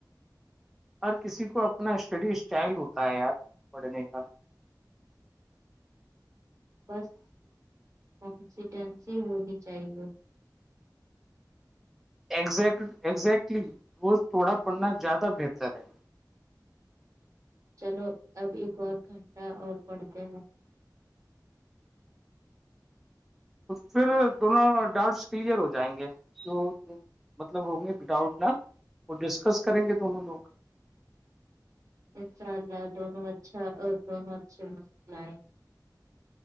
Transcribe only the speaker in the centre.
ہر کسی کو اپنا اسٹڈی اسٹائل ہوتا ہے یار پڑھنے کا
ایگزیک ایگزیکٹلی وہ تھوڑا پڑھنا زیادہ بہتر ہے
پھر دونوں ڈاؤٹس کلیئر ہو جائیں گے تو مطلب ہو گئے ڈاؤٹ نا وہ ڈسکس کریں گے دونوں لوگ